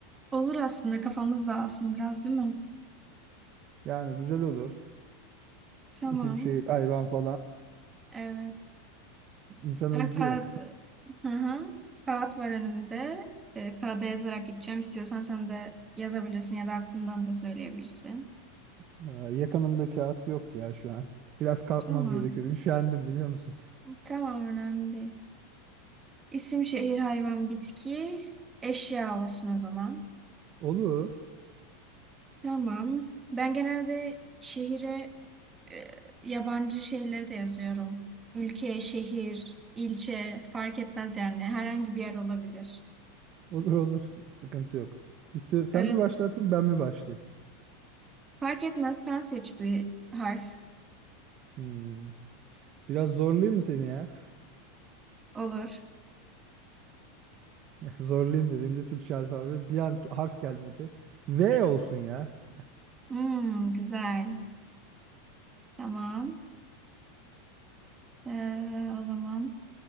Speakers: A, on the right (about 20°); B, on the right (about 40°).
A: Olur aslında kafamız dağılsın biraz değil mi?
B: Yani güzel olur.
A: Tamam.
B: İsim şehir hayvan falan
A: Evet.
B: insanı
A: Ben
B: özlüyor.
A: kağıt, hı hı. Kağıt var önümde. E, kağıda yazarak gideceğim. İstiyorsan sen de yazabilirsin ya da aklından da söyleyebilirsin.
B: <laughs> Aa, Yakınımda kağıt yok ya şu an. Biraz kalkmam
A: Tamam.
B: gerekiyor. Üşendim biliyor musun?
A: Tamam önemli değil. İsim, şehir, hayvan, bitki, eşya olsun o zaman.
B: Olur.
A: Tamam. Ben genelde şehire e, yabancı şeyleri de yazıyorum. Ülke, şehir, ilçe fark etmez yani. Herhangi bir yer olabilir.
B: Olur olur. Sıkıntı yok. İstiyor, sen
A: Öyle
B: mi başlarsın ben mi başlayayım?
A: fark etmez sen seç bir harf.
B: Hmm, Biraz zorlayayım mı seni ya?
A: Olur.
B: Zorlayayım dediğimde Türkçe alfabe bir an harf gelmedi. V olsun ya.
A: Hmm, güzel. Tamam. Ee, o zaman